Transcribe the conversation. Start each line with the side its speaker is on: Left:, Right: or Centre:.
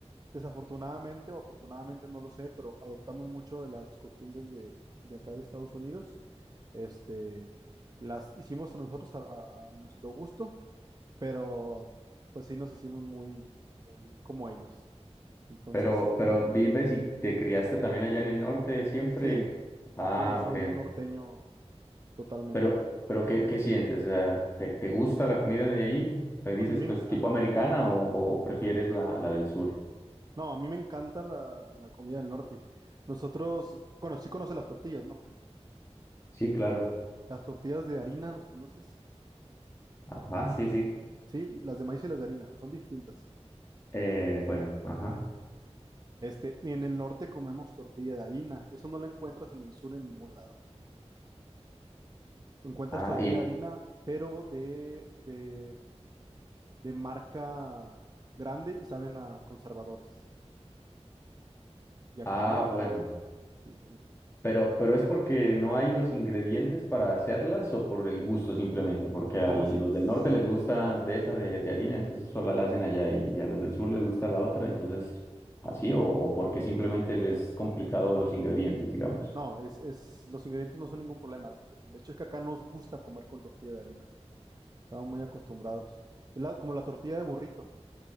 Right: desafortunadamente o afortunadamente, no lo sé, pero adoptamos mucho de las costumbres de, de acá de Estados Unidos. Este, las hicimos nosotros a a- a nuestro gusto pero pues sí nos hicimos muy, muy como ellos. Entonces,
Left: Pero, pero vives y te criaste también allá en el norte siempre.
Right: sí,
Left: Ah,
Right: sí, yo soy
Left: ok.
Right: norteño totalmente.
Left: Pero, pero ¿qué, qué sientes? O sea, ¿te, te gusta la comida de ahí? ¿Qué dices,
Right: A mí me
Left: pues,
Right: enca-
Left: tipo americana o, o prefieres la, la del sur?
Right: no, a mí me encanta la, la comida del norte. Nosotros, bueno, sí conoces las tortillas, ¿no?
Left: Sí, claro.
Right: Las tortillas de harina, ¿las conoces?
Left: Ajá, sí, sí.
Right: Sí, las de maíz y las de harina, son distintas.
Left: Eh, bueno, ajá.
Right: Este, y en el norte comemos tortilla de harina, eso no la encuentras en el sur en ningún lado. Encuentras
Left: Ah,
Right: tortilla
Left: y,
Right: de harina, pero de de, de marca grande y saben a conservadores. Y acá
Left: ah,
Right: no, acá
Left: bueno.
Right: sí. el-
Left: Pero, pero es porque no hay los ingredientes para hacerlas o por el gusto simplemente, porque a
Right: No,
Left: los
Right: sí,
Left: del
Right: sí,
Left: norte les gusta de esa de, de harina, entonces solo la hacen allá y, y a los del sur les gusta la otra, entonces así o, o porque simplemente les es complicado los ingredientes, digamos.
Right: no, es, es, los ingredientes no son ningún problema. El hecho es que acá nos gusta comer con tortilla de harina. Estamos muy acostumbrados. Es la- como la tortilla de burrito.